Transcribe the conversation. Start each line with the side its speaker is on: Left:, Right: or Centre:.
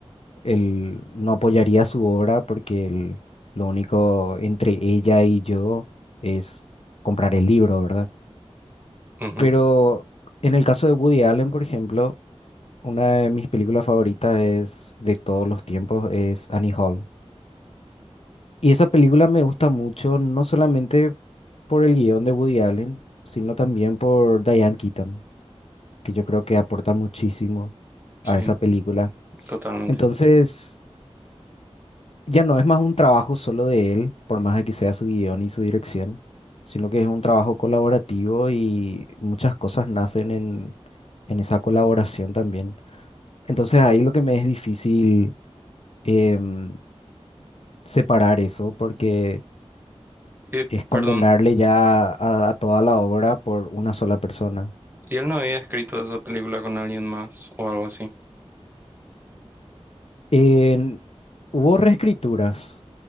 Left: él no apoyaría su obra porque el- lo único entre ella y yo es comprar el libro, ¿verdad?
Right: <laughs> Ujú.
Left: Pero en el caso de Woody Allen, por ejemplo, una de mis películas favoritas es de todos los tiempos es Annie Hall. Y esa película me gusta mucho, no solamente por el guión de Woody Allen, sino también por Diane Keaton, que yo creo que aporta muchísimo
Right: Sí,
Left: a esa película.
Right: totalmente.
Left: Entonces, ya no es más un trabajo solo de él, por más de que sea su guión y su dirección, sino que es un trabajo colaborativo y muchas cosas nacen en, en esa colaboración también. Entonces, ahí lo que me es difícil em, separar eso, porque...
Right: Y,
Left: es condenarle
Right: perdón,
Left: ya a, a toda la obra por una sola persona.
Right: ¿y él no había escrito esa película con alguien más o algo así?
Left: En- hubo reescrituras,